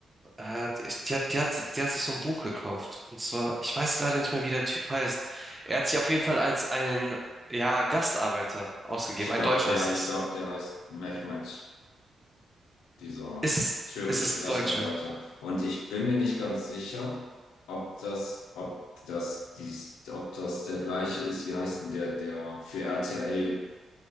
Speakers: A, on the right; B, on the left.
A: äh, die, die hat, die hat, die hat sich so ein Buch gekauft. Und zwar, ich weiß leider nicht mehr, wie der Typ heißt. Er hat sich auf jeden Fall als ein, ja, Gastarbeiter ausgegeben.
B: Ich
A: Ein
B: glaube,
A: Deutscher
B: der,
A: ist das.
B: ich glaube, der heißt Mehmet, dieser
A: Ist es,
B: türkische
A: ist es
B: Gastarbeiter.
A: Deutscher?
B: Und ich bin mir nicht ganz sicher, ob das, ob das dies, ob das der gleiche ist, wie heißt denn der, der für RTL,